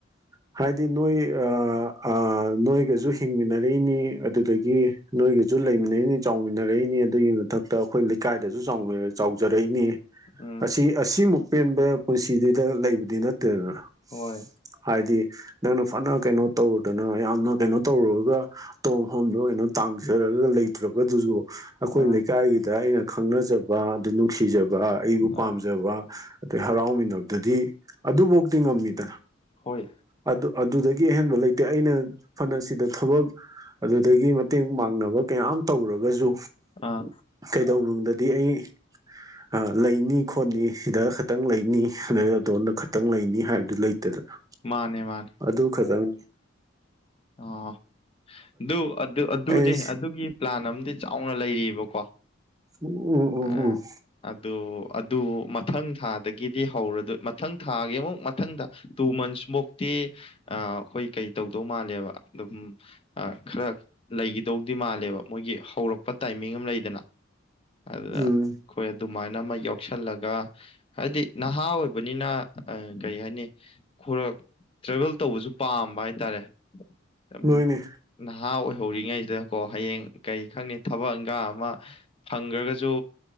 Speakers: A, on the right (about 20°); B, on the left (about 30°).
A: ꯍꯥꯏꯗꯤ ꯅꯣꯏ ꯑꯥ ꯑꯥ ꯅꯣꯏꯒꯁꯨ ꯍꯤꯡꯃꯤꯟꯅꯔꯛꯏꯅꯤ ꯑꯗꯨꯗꯒꯤ ꯅꯣꯏꯒ ꯁꯨ ꯂꯩꯃꯤꯟꯅꯩꯅꯤ ꯆꯥꯎꯃꯤꯟꯅꯔꯛꯏꯅꯤ ꯑꯗꯨꯒꯤ ꯃꯊꯛꯇ ꯑꯩꯈꯣꯏ ꯂꯩꯀꯥꯏꯗꯁꯨ ꯆꯥꯎ ꯆꯥꯎꯖꯔꯛꯏꯅꯤ꯫
B: ꯎꯝ
A: ꯑꯁꯤ ꯑꯁꯤꯃꯨꯛ ꯄꯦꯟꯕ ꯄꯨꯟꯁꯤꯗꯤꯗ ꯂꯩꯕꯗꯤ ꯅꯠꯇꯦ ꯇꯦꯕ
B: ꯍꯣꯏ
A: ꯍꯥꯏꯗꯤ꯫ ꯅꯪꯅ ꯐꯅ ꯀꯩꯅꯣ ꯇꯧꯔꯨꯗꯅ ꯌꯥꯝꯅ ꯀꯩꯅꯣ ꯇꯧꯔꯨꯔꯒ ꯇꯣꯡ ꯍꯣꯝꯗꯣ ꯑꯣꯏꯅ ꯇꯥꯡꯖꯔ ꯂꯩꯇ꯭ꯔꯒ ꯑꯗꯨꯁꯨ꯫ ꯑꯩꯈꯣꯏ
B: ꯑꯥ
A: ꯂꯩꯀꯥꯏꯒꯤꯗ ꯑꯩꯅ ꯈꯪꯅꯖꯕ ꯑꯗꯨ ꯅꯨꯡꯁꯤꯖꯕ ꯑꯩꯕꯨ ꯄꯥꯝꯖꯕ꯫
B: ꯑꯥ
A: ꯑꯗꯩ ꯍꯔꯥꯎꯃꯤꯟꯅꯕꯗꯨꯗꯤ ꯑꯗꯨꯐꯥꯎꯗꯤ ꯉꯝꯃꯤꯗ꯫
B: ꯍꯣꯏ꯫
A: ꯑꯗꯨ ꯑꯗꯨꯗꯒꯤ ꯑꯍꯦꯟꯕ ꯂꯩꯇꯦ ꯑꯩꯅ ꯐꯅ ꯁꯤꯗ ꯊꯕꯛ ꯑꯗꯨꯗꯒꯤ ꯃꯇꯦꯡ ꯃꯥꯡꯅꯕ ꯀꯌꯥꯝ ꯇꯧꯔꯒꯁꯨ
B: ꯑꯥ
A: ꯀꯩꯗꯧꯅꯨꯡꯗ ꯗꯤ ꯑꯩ꯫ ꯑ ꯂꯩꯅꯤ ꯈꯣꯠꯅꯤ ꯁꯤꯗ ꯈꯛꯇꯪ ꯂꯩꯅꯤ ꯑꯗꯨꯗꯩ ꯑꯗꯣꯝꯗ ꯈꯇꯪ ꯂꯩꯅꯤ ꯍꯥꯏꯕꯗꯨ ꯂꯩꯇꯔꯦꯗꯅ꯫
B: ꯃꯥꯅꯦ꯫ ꯃꯥꯅꯦ
A: ꯑꯗꯨ ꯈꯛꯇꯪ꯫
B: ꯑꯣ ꯑꯗꯨ ꯑꯗꯨ ꯑꯗꯨꯅꯦ
A: ꯑꯩ
B: ꯑꯗꯨꯒꯤ ꯄ꯭ꯂꯥꯟ ꯑꯝ ꯆꯥꯎꯅ ꯂꯩꯔꯤꯕꯀꯣ
A: ꯎꯝ ꯎꯝ ꯎꯝ
B: ꯑ ꯑꯗꯨ꯫ ꯑꯗꯨ ꯃꯊꯪ ꯊꯥꯗꯒꯤꯗꯤ ꯍꯧꯔꯗꯣꯏ ꯃꯊꯪ ꯊꯥꯒꯤ ꯑꯃꯨꯛ ꯃꯊꯪ ꯊꯥ ꯇꯨ ꯃꯟꯁ ꯃꯨꯛꯇꯤ ꯇꯤ ꯑꯥ ꯑꯩꯈꯣꯏ ꯀꯩ ꯇꯧꯗꯧ ꯃꯥꯜꯂꯦꯕ ꯑꯗꯨꯝ ꯑꯥ ꯈꯔꯥ ꯂꯩꯒꯤꯗꯣꯏꯗꯤ ꯃꯥꯜꯂꯦꯕ ꯃꯣꯏꯒꯤ ꯍꯧꯔꯛꯄ ꯇꯥꯏꯃꯤꯡ ꯑꯝ ꯂꯩꯗꯅ ꯑꯗꯨꯗ
A: ꯎꯝ
B: <unintelligible> ꯑꯗꯨꯃꯥꯏꯅ ꯑꯃ ꯌꯥꯎꯁꯜꯂꯒ ꯍꯥꯏꯕꯗꯤ ꯅꯍꯥ ꯑꯣꯏꯕꯅꯤꯅ ꯀꯩ ꯍꯥꯏꯅꯤ꯫ ꯈꯔ ꯇ꯭ꯔꯦꯚꯦꯜ ꯇꯧꯕꯁꯨ ꯄꯥꯝꯕ ꯍꯥꯏꯇꯥꯔꯦ꯫ <unintelligible>
A: ꯅꯣꯏꯅꯦ
B: ꯅꯍꯥ ꯑꯣꯏꯍꯧꯔꯤꯉꯩꯁꯤꯗꯀꯣ ꯍꯌꯦꯡ ꯀꯔꯤ ꯈꯪꯅꯤ ꯊꯕꯛ ꯏꯪꯈꯥꯡ ꯑꯃ ꯐꯪꯈ꯭ꯔꯒꯁꯨ꯫